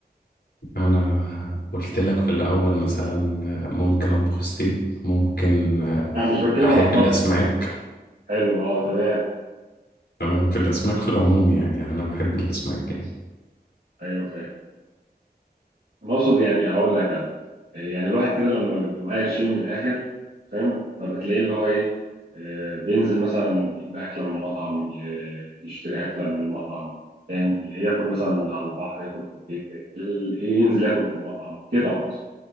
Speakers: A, on the left; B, on the right.
A: انا قلت لك في الاول مثلا ممكن اطبخ ستيك ممكن
B: لا مش بتكلم
A: احب
B: على الطبخ
A: الاسماك
B: حلو اه تمام
A: تمام في الاسماك في العموم يعني انا بحب الاسماك يعني
B: ايوه فاهم أنا اقصد يعني اقول لك انا إيه، يعني الواحد كده لما بيبقى معاه قرشين من الاخر فاهم فبتلاقيه اللي هو ايه آه، بينزل مثلا يجيب اكله من مطعم ي- يشتري اكله من مطعم فاهم ياكل مثلا على البحر ياكل في البيت ال- ينزل ياكل في مطعم كده اقصد